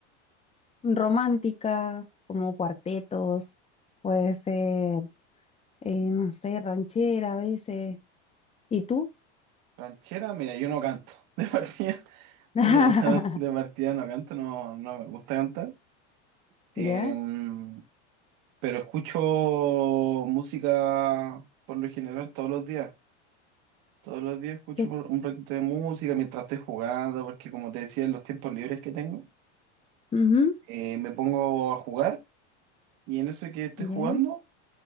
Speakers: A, on the left; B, on the right.
A: romántica, como cuartetos, puede ser, eh, no sé, ranchera a veces. ¿Y tú?
B: ¿Ranchera? Mira, yo no canto. <laughs> De partida,
A: <laughs>
B: yo- yo de partida no canto, no, no me gusta cantar. Em,
A: ¿Ya?
B: pero escucho música por lo general todos los días. Todos los días escucho
A: ¿Qué?
B: por un ratito de música mientras estoy jugando, porque como te decía, en los tiempos libres que tengo,
A: Ujú,
B: eh, me pongo a jugar y en eso que estoy
A: ¿Ya?
B: jugando